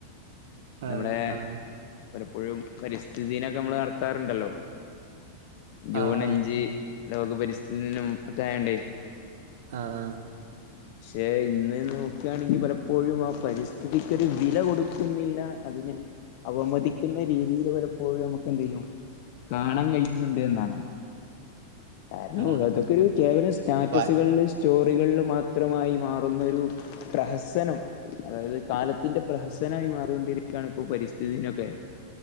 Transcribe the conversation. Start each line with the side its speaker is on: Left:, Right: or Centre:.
Right: അതെ
Left: നമ്മെടേ
Right: ആഹ്
Left: പലപ്പോഴും പരിസ്ഥിതി ദിനൊക്കെ നമ്മള് നടത്താറ്ണ്ടല്ലോ ജൂൺ
Right: ആഹ്
Left: അഞ്ച്
Right: ആഹ്
Left: ലോക പരിസ്ഥിതി ദിനം ഒക്കെ ആയാണ്ടേ
Right: ആഹ് ആഹ്
Left: ഉം പക്ഷെ ഇന്ന് നോക്കാണെങ്കി പലപ്പോഴും ആ പരിസ്ഥിതിക്കൊര് വില കൊട്ക്കുന്നില്ലാ അതിനെ അവമതിക്കുന്നെ രീതിയിൽ പലപ്പോഴും നമുക്ക് എന്ത് ചെയ്യും കാണാൻ കഴിയുന്നുണ്ട് എന്നാണ് കാരണം
Right: ആഹ് ആഹ്
Left: അതൊക്കെ ഒരു കേവലം സ്റ്റാറ്റസുകളിൽ
Right: പ
Left: സ്റ്റോറികളിലും മാത്രമായി മാറുന്നൊരു പ്രഹസനം അതായത് കാലത്തിന്റെ പ്രഹസനായി മാറൊണ്ടിരിക്കുകയാണ് ഇപ്പോ പരിസ്ഥിതി ദിനൊക്കെ